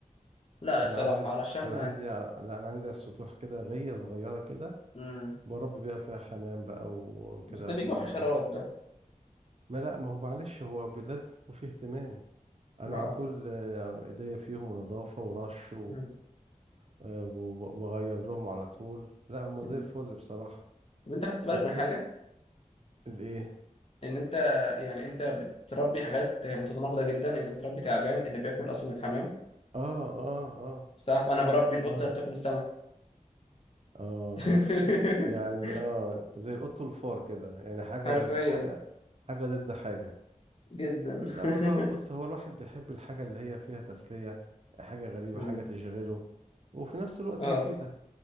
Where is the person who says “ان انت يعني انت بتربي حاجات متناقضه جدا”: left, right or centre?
Left